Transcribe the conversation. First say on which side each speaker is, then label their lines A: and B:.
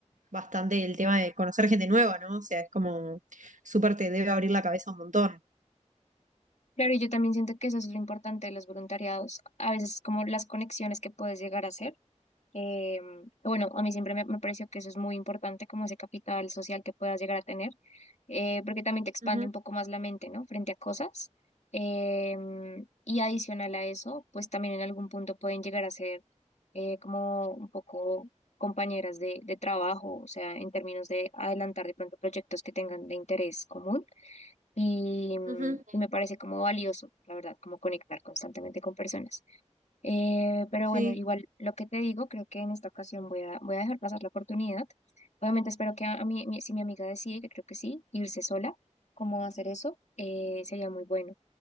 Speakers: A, on the right (about 90°); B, on the left (about 65°).
A: bastante el tema de conocer gente nueva, ¿no? O sea, es como súper te debe abrir la cabeza un montón.
B: Claro, y yo también siento que eso es lo importante de los voluntariados, a veces como las conexiones que puedes llegar a hacer Eh, bueno, a mí siempre me, me pareció que eso es muy importante, como ese capital social que puedas llegar a tener, eh, porque también te expande
A: Ujú,
B: un poco más la mente, ¿no? Frente a cosas. Eh, y adicional a eso, pues también en algún punto pueden llegar a ser eh, como un poco compañeras de, de trabajo, o sea, en términos de adelantar de pronto proyectos que tengan de interés común. Y, mm,
A: ujú.
B: y me parece como valioso, la verdad, como conectar constantemente con personas. Eh, pero
A: Sí,
B: bueno, igual lo que te digo, creo que en esta ocasión voy a, voy a dejar pasar la oportunidad. Obviamente espero que a, a mí, mi- si mi amiga decide, que creo que sí, irse sola, cómo hacer eso, eh, sería muy bueno.